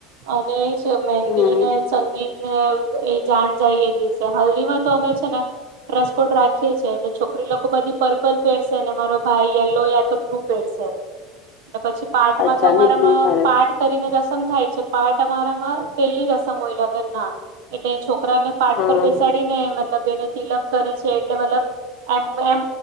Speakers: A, on the right; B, on the left.
A: અને મહેંદી
B: હમ
A: ને સંગીત ને એ જાન જાય એ દિવસે હલ્દી માં તો અમે છે ને ડ્રેસકોડ રાખીએ છીએ એટલે છોકરી લોકો બધી પર્પલ પેરસે ને મારો ભાઈ યલ્લો યા તો બ્લુ પહેરશે. ત પછી પાઠમાં
B: અચ્છા
A: તો અમારામાં
B: ની બ્લુ સરસ
A: પાઠ કરીને રસમ થાય છે. પાટ અમારામાં પેલી રસમ હોય લગન ના એટલે જ છોકરા ને પાટ
B: હા
A: પર બેસાડી ને મતલબ બેને તિલક કરે છે. એટલે મતલબ એમ એમ